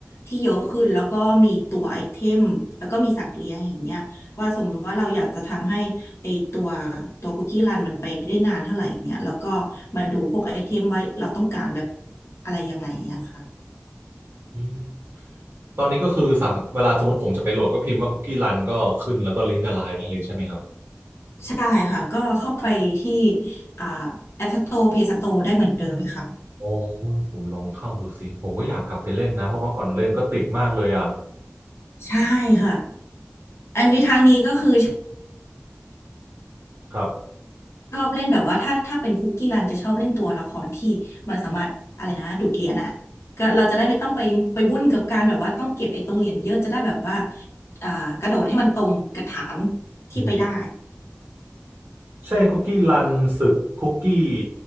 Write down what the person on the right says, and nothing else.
อืม ตอนนี้ก็คือสามเวลาสมมติผมจะไปโหลดก็พิมพ์ว่าคุกกี้รันก็ขึ้นแล้วก็ลิงก์กับไลน์ได้เลยใช่ไหมครับ
โอ้ยผมลองเข้าดูสิผมก็อยากกลับไปเล่นนะเพราะเมื่อก่อนเล่นก็ติดมากเลยอ่ะ
ครับ
อืมใช่คุกกี้รันศึกคุกกี้